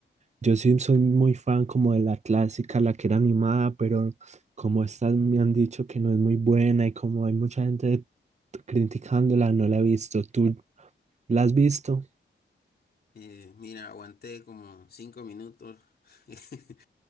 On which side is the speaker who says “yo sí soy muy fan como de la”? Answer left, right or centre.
Right